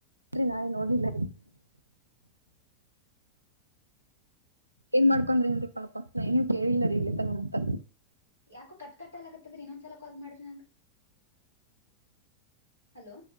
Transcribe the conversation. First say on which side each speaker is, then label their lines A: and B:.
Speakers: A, on the right (about 80°); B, on the left (about 70°).
A: ನಾನೇ ನೋಡಿಲ್ಲ. ಏನ್ ಮಾಡ್ಕೊಂಡ್ರಿ ಏನ್ ರೀ ಪಾಪ ನಾ ಏನು ಕೇಳಿಲ್ಲ ರೀ ಇಲ್ಲಿ ತನ ಮತ್ತ
B: ಯಾಕೋ ಕಟ್ ಕಟ್ಟಲ್ ಆಕತ್ತದ್ರೀ ಇನ್ನೊಂದ್ಸಲ ಕಾಲ್ ಮಾಡ್ರಿ ನನಗೆ ಹಲೋ